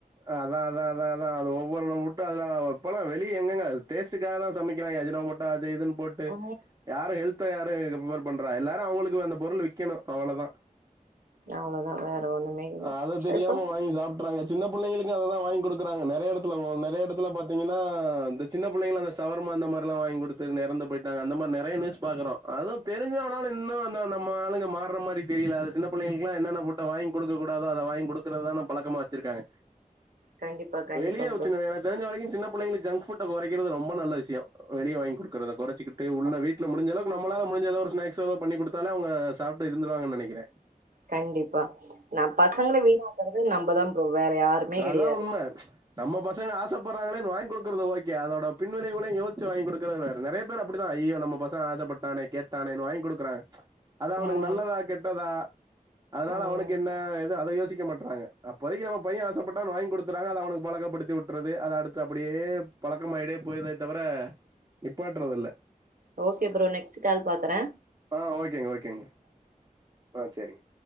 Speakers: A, on the right; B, on the right.
A: அதா அதா அதா அதா அது ஒவ்வொரு முட் டாள்தா வெளிய எங்கங்க அது டேஸ்டக்காக தா சமைக்கிறாங்க அஜினமோட்டோ அது இதுன்னு போட்டு
B: ம்
A: யாரு ஹெல்த் த யாரு ப்ரிவர் பண்றா எல்லாரு அவங்களுக்கு அந்த பொருள் விக்கணு அவ்ளோதா
B: அவ்ளோதா வேற ஒண்ணுமே இல்ல
A: அத தெரியாம
B: அதுப்ப
A: வாங்கி சாப்பிட்றாங்க சின்ன புள்ளைங்களுக்கு அததா வாங்கி குடுக்குறாங்க நெறைய எடத் துல நெறைய எடத்துல பாத்தீங்கன்னா இந்த சின்ன புள்ளைங்க அந்த சவர்மா அந்த மாரில்லா வாங்கி குடுத்து ன்னு எறந்து போயிட்டாங்க அந்த மாரி நெறைய நியூஸ் பாக்குறோ அது தெரிஞ்சு அனாலு இன்னு அந்த நம்ம ஆளுங்க மார்ற மாரி தெரில அது சின்ன புள்ளங்களுக்கல்லா என்னென்ன ஃபுட்ட வாங்கி குடுக்க கூடாதோ அத வாங்கி குடுக்கறதான பழக்கமா வச்சிருக்காங்க
B: கண்டிப்பா கண்டிப்பா
A: வெளிய
B: ப்ரோ
A: வச்சுற்னு எனக்கு தெரிஞ்ச வரைக்கு சின்ன புள்ளைங்களு ஜங்க் ஃபுட்ட கொறைக்கிறது ரொம்ப நல்ல விஷய வெளிய வாங் குடுக்குறத கொறைச்சிகிட்டு
B: கண்டிப்பா
A: உள்ள வீட்ல முடிஞ்ச அளவுக்கு நம்மலால முஞ்ச ஏதோ ஒரு ஸ்னாக்ஸ்ஸோ ஏதோ பண்ணி குடுத் தாலே அவுங்க சாப்ட்டு இருந்துருவாங்கன்னு நெனைக்கிறே
B: கண்டிப்பா நா பசங்கள வீணாக்குறத நம்மதா ப்ரோ வேற யாருமே கெடையாது
A: அதா உண்ம நம்ம பசங்க ஆசப்படுறாங்களேன்னு வாங் கொடுக்கறது ஓகே அதோட பின் விளைவுகளையு யோசிச்சு வாங்கி குடுக்குறதாரு நெறைய பேர் அப்டிதா ஐயோ நம்ம பசங் ஆசப்பட்டானே கேட்டானேன்னு வாங்கி கொடுக்குறாங்க அது அவனுக்கு
B: ம்
A: நல்லதா கெட்டதா அதனால
B: ம்
A: அவனுக்கு என்ன ஏது அத யோசிக்க மாட்றாங்க அப்போதைக்கு நம்ம பைய ஆசைப்பட்டான்னு வாங் கொடுத்தறாங்க அத அவனுக்கு பழக்கப்படுத்தி உட்டுறது அது அடுத்து அப்டியே பழக்கமாய்ட்டே போய்ருதே தவர அ நிப்பாட்றது இல்ல
B: ஓகே ப்ரோ நெக்ஸ்ட் கால் பாக்குறே
A: ஆ ஓகேங்க ஓகேங்க ஆ சேரிங்